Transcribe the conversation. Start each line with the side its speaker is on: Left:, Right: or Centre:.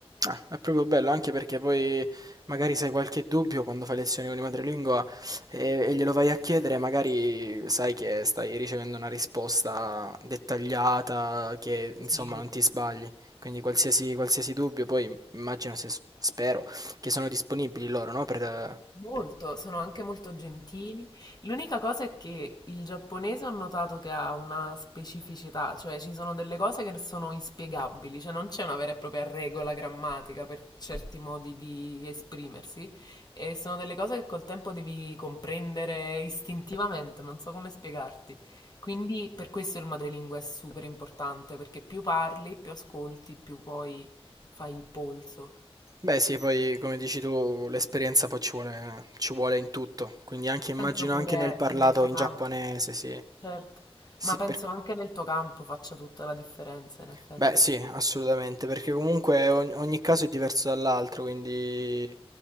Right: Ah, è proprio bello, anche perché poi magari se hai qualche dubbio quando fai lezioni con i madrelingua e, e glielo vai a chiedere, magari sai che stai ricevendo una risposta dettagliata, che insomma
Left: Sì,
Right: non ti sbagli. Quindi qualsiasi, qualsiasi dubbio, poi immagino se s- spero che sono disponibili loro, no? Per... eh,
Left: molto, sono anche molto gentili. L'unica cosa è che il giapponese ho notato che ha una specificità, cioè ci sono delle cose che sono inspiegabili, cioè non c'è una vera e propria regola grammatica per certi modi di esprimersi e sono delle cose che col tempo devi comprendere istintivamente, non so come spiegarti. Quindi per questo il madrelingua è super importante, perché più parli, più ascolti, più poi fai il polso.
Right: Beh sì, poi come dici tu, l'esperienza poi ci vuole, ci vuole in tutto, quindi anche immagino
Left: Penso pure,
Right: anche nel parlato
Left: sì, nel tuo
Right: in
Left: campo,
Right: giapponese, sì.
Left: certo,
Right: Sì,
Left: ma penso
Right: per-
Left: anche nel tuo campo faccia tutta la differenza, in effetti.
Right: Beh, sì, assolutamente, perché comunque ogni, ogni caso è diverso dall'altro, quindi